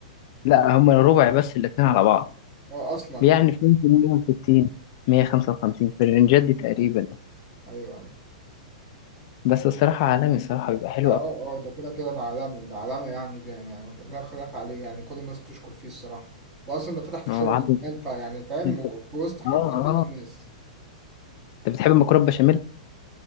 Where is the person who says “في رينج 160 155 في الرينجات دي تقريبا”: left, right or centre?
Left